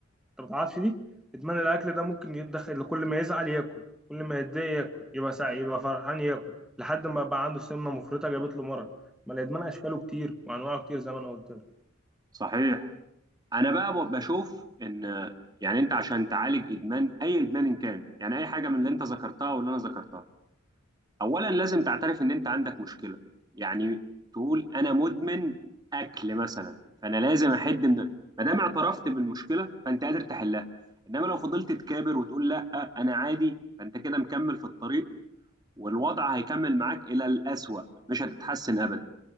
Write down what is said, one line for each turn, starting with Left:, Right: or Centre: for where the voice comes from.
Centre: انت ما تعرفش دي ادمان الاكل ده ممكن يدخل كل ما يزعل ياكل كل ما يتضايق ياكل يبقى سع... يبقى فرحان ياكل لحد ما بقى عنده سمنه مفرطه جابت له مرض ما الادمان اشكاله كتير وانواعه كتير زي ما انا قلت لك
Right: صحيح انا بقى ب- بشوف ان آه، يعني انت عشان تعالج ادمان اي ادمان إن كان يعني اي حاجه من اللي انت ذكرتها واللي انا ذكرتها اولا لازم تعترف ان انت عندك مشكله يعني تقول انا مدمن اكل مثلا فانا لازم احد من ما دام اعترفت بالمشكله فانت قادر تحلها انما لو فضلت تكابر وتقول لا انا عادي فانت كده مكمل في الطريق والوضع هيكمل معاك الى الاسوأ مش هتتحسن ابدا